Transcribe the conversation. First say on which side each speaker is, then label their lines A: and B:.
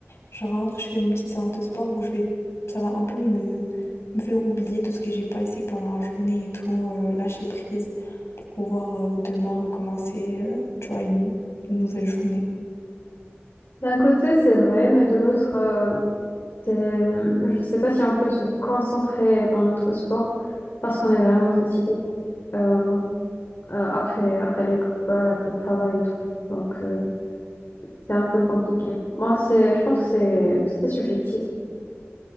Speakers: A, on the left; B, on the left.
A: Je rentre, je fais mon petite séance de sport où je vais, ça va un peu me, me faire oublier tout ce que j'ai pas essayé pendant la journée et tout, euh, lâcher prise, pouvoir euh, demain recommencer, euh, tu vois, une, une nouvelle journée.
B: D'un côté, c'est vrai, mais de l'autre, euh, t'es- hum, je ne sais pas si on peut se concentrer dans notre sport parce qu'on est vraiment fatigué euh, euh, après, après l'école, après le travail et tout. Donc, euh, c'est un peu compliqué. Moi, c'est, je pense que c'est c'est subjectif.